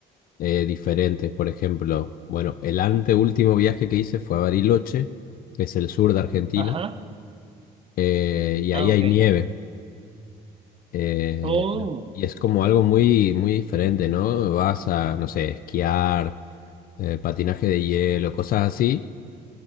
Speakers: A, on the left; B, on the right.
A: eh, diferentes. Por ejemplo, bueno, el anteúltimo viaje que hice fue a Bariloche, que es el sur de Argentina,
B: ajá.
A: eh, y ahí
B: Ah, ok.
A: hay nieve. eh,
B: Oh,
A: y es como algo muy, muy diferente, ¿no? Vas a, no sé, esquiar, eh, patinaje de hielo, cosas así.